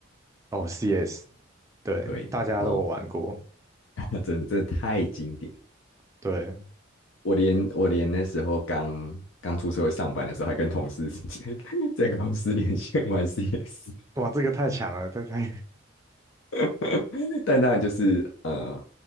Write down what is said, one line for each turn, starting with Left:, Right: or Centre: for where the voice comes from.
Right: 哦，CS，对，
Left: 对，
Right: 大家都有玩过，
Left: 然后 <laughs> 真的真的太经典，
Right: 对，
Left: 我连我连那时候刚刚出社会上班的时候，还跟同事 <laughs> 在在公司连线玩 CS。
Right: 哇，这个太强了，太太，
Left: <laughs> 但当然就是呃